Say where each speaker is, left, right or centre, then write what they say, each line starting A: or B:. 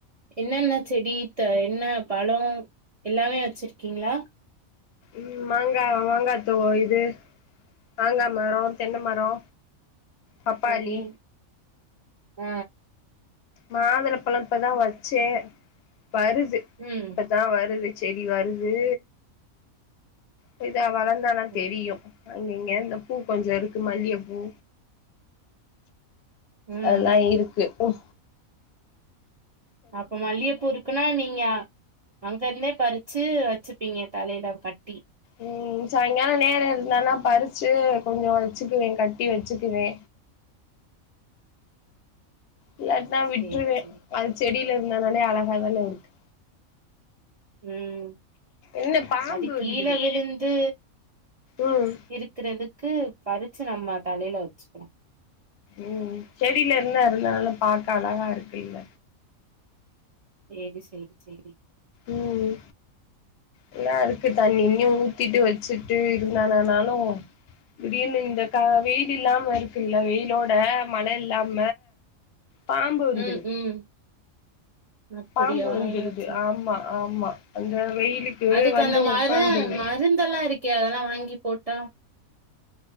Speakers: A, on the right; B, on the left.
A: என்னன்ன செடி த என்ன பழோ எல்லாமே வச்சிருக்கீங்ளா
B: ம் மாங்கா மாங்கா தோவ இது மாங்கா மரோ தென்ன மரோ பப்பாளி
A: செடி ஆ
B: மாதுளப்பழோ இப்பதா வச்சே வருது
A: ம்
B: இப்பதா வருது செடி வருது பொய்தா வளந்தானா
A: ம்
B: தெரியூ அங்க இங்க இந்த பூ கொஞ்சோ இருக்கு மல்லிகப்பூ
A: ம்.
B: அத்லா இருக்கு ஒ
A: அப்ப மல்லிகப்பூ இருக்குன்னா நீங்க அங்கருந்தே பறி ச்சு வச்சுப்பீங்க தலையில கட்டி
B: ம் சாய்ங்காலோ நேரோ இருந்தான்னா பறிச்சு கொஞ்சோ வச்சுக்குவே கட்டி வச்சுக்குவே இல்லாட்னா விட்டுருவே
A: சேரி சேரி
B: அது செடிலர் இன்னனாலே அழகா தான இருக்கு
A: உம்
B: என்ன பாம்பு
A: அதுக் கீழ
B: வந்துரு
A: விழுந்து
B: ம்
A: இருக்கிறதுக்கு பறிச்சு நம்ம தலைல வச்சுகுலா
B: உம் செடில இன்ன இருந்தா நல்லா பாக்க அழகா இருக்கில்ல
A: <unintelligible> செய்தி
B: உம் எல்லா இருக்கு தண்ணி ண்ணியு ஊத்திட்டு வச்சுட்டு இருந்தாதானாலோ திடீர்னு இந்த கா வெயில் இல்லாம இருக்குல்ல வெயிலோட மழ இல்லாம பாம்பு வந்துருது
A: ம் ம் அப்படியா
B: பாம்பு வந்துருது
A: சேரி
B: ஆமா ஆமா அந்த வெயிலுக்கு
A: அதுக்கு
B: வந்து
A: அந்த மர
B: உக்காந்துருது
A: மருந்தெல்லா இருக்கே அதெல்லா வாங்கி போட்டா